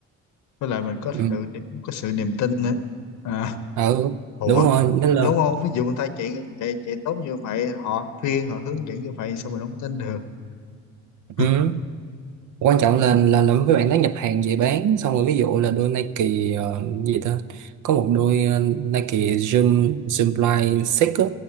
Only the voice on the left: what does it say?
với lại mình có
sự có sự niềm tin nữa à,
ủa
đúng không ví dụ người ta chạy chạy chạy tốt như vậy họ khuyên họ hướng dẫn như vậy sao mình không tin được <laughs>